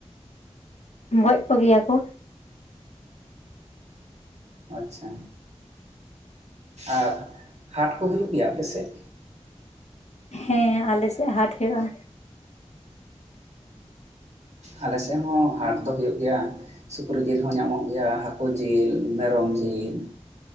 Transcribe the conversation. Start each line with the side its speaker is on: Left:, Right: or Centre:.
Left: ᱜᱚᱡ ᱠᱚᱜᱮᱭᱟ ᱠᱚ᱾
Right: ᱟᱪᱪᱷᱟ ᱟᱨ ᱦᱟᱴ ᱠᱚ ᱦᱩᱭᱩᱜ ᱜᱮᱭᱟ ᱟᱯᱮ ᱥᱮᱫ?
Left: ᱦᱮᱸ ᱟᱞᱮᱥᱮᱫ ᱦᱟᱴ ᱦᱳᱭᱳᱜ-ᱟ᱾
Right: ᱟᱞᱮ ᱥᱮᱫ ᱦᱚᱸ ᱦᱟᱴ ᱫᱚ ᱦᱳᱭᱳᱜ ᱜᱮᱭᱟ᱾ ᱥᱩᱠᱨᱤ ᱡᱤᱞ ᱦᱚᱸ ᱧᱟᱢᱚᱜ ᱜᱮᱭᱟ, ᱦᱟᱠᱳ ᱡᱤᱞ, ᱢᱮᱨᱚᱢ ᱡᱤᱞ,